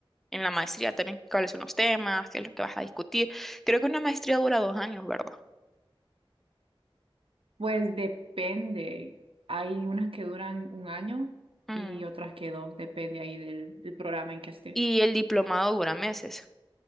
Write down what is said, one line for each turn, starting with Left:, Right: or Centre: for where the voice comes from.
Centre: en la maestría también, cuáles son los temas, qué es lo que vas a discutir. Creo que una maestría dura dos años, ¿verdad?
Right: Pues depende, hay unas que duran un año
Centre: Mm,
Right: y otras que dos, depende ahí del, del programa en que estés.
Centre: Y el diplomado dura meses.